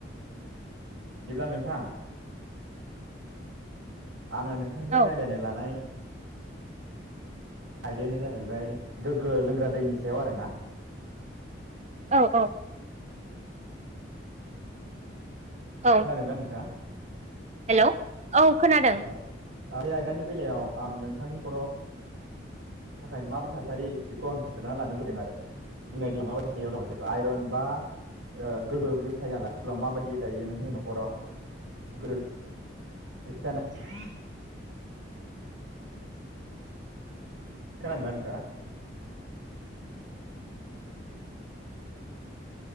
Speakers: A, on the right (about 90°); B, on the right (about 35°).
A: बिदिब्ला नोंथां आंङो नोंथांजों
B: औ
A: रायज्लायनो लानाय आयदायानो जाहैबाय गोग्गो लोंग्रा दैनि सायाव आरोना ।
B: औ औ औ
A: खोनादोंना नोंथांङा?
B: हेलौ औ खोनादों ।
A: औ बे आयदानि बेलायाव आं नोंथांनि नखराव थाखाय माबायदि थासारि बेखौ आं सोंग्रोना लानो लुबैदों आरो बिनायदि माबायदि थासारियाव दं जेबो आइरन बा गोग्गो बे <unintelligible> माबायदि दायो नोंनि नखराव गोदो <unintelligible> खोनादों ना नोंथाङा